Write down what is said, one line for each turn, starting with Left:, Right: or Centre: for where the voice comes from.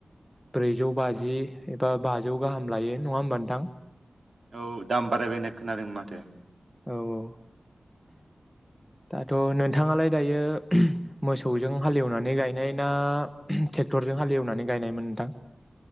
Centre: ब्रैजौ बाजि एबा बाजौ गाहाम लायो नङा होमबा नोंथां?
Right: औ। दाम बारायबाय होननाय खोनादों माथो।
Centre: औ औ दाथ' नोंथाङालाय दायो मोसौजों हाल एवनानै गायनाय ना ट्रेक्टरजों हाल एवनानै गायनायमोन नोंथां?